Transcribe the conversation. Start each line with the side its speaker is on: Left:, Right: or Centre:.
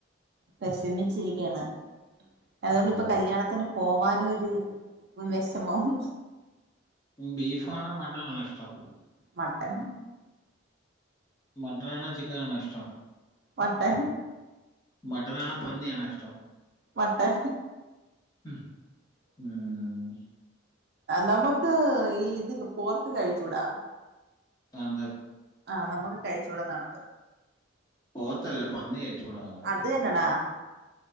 Right: വിഷമിച്ചിരിക്കയാണ് അതുകൊണ്ട്
Left: ഉം.
Right: ഇപ്പൊ കല്യാണത്തിന് പോവാനും ഒരു വിഷമോന്നു
Left: ബീഫാണോ മട്ടണാണോ ഇഷ്ടം
Right: മട്ടൻ
Left: മട്ടനാണോ ചിക്കനാണോ ഇഷ്ടം
Right: മട്ടൻ
Left: മട്ടൻ ആണ പന്നി ആണ ഇഷ്ടം
Right: മട്ടൻ
Left: ആഹ്
Right: നമുക്ക് ഈ ഇത് പോർക്ക് കഴിച്ചുടാ
Left: കമ്മൽ
Right: ആഹ് നമുക്ക് കഴിചൂടാ എന്നാണ്
Left: പോത്തല്ല പന്നി കഴിച്ചൂടാത്തത്
Right: അത് തന്നടാ